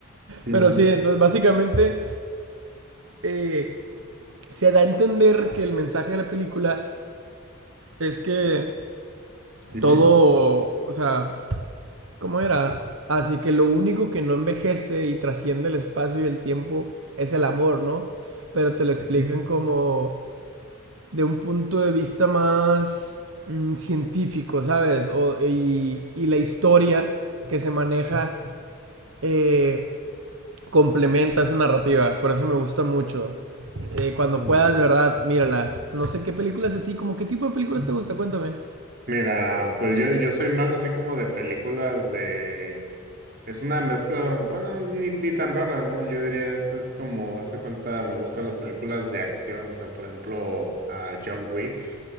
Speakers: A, on the right; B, on the right.
A: Ujú,
B: Pero sí, entonces básicamente eh, se da a entender que el mensaje de la película es que
A: ujú,
B: todo, o sea, ¿cómo era? Así que lo único que no envejece y trasciende el espacio y el tiempo es el amor, ¿no? Pero te lo explican
A: ujú.
B: como de un punto de vista más mm, científico, ¿sabes? O- y, y la historia que se maneja eh, complementa esa narrativa. Por eso me gusta mucho. Eh, cuando
A: Muy
B: puedas, de verdad, mírala. No sé qué películas a ti, como qué tipo de películas
A: bien.
B: te gusta, cuéntame.
A: Mira, pues yo, yo soy más así como de películas de Es una mezcla, bueno, ni, ni tan rara, ¿no? Yo diría, es, es como, hace cuenta, me gustan las películas de acción, o sea, por ejemplo, a John Wick,